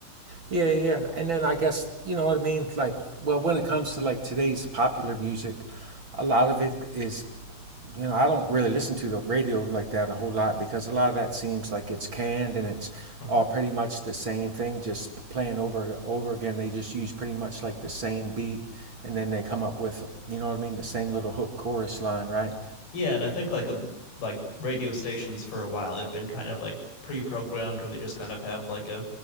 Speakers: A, on the right; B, on the left.
A: Yeah, yeah. yeah. And then I guess, you know what I mean? Like, well, when it comes to like today's popular music, a lot of it is, you know, I don't really listen to the radio like that a whole lot because a lot of that seems like it's canned and it's
B: Mhm.
A: all pretty much the same thing, just playing over over again. They just use pretty much like the same beat and then they come up with, you know what I mean, the same little hook chorus line, right?
B: Yeah, and I think like a like radio stations for a while have been kind of like pre-programmed where they just kind of have like a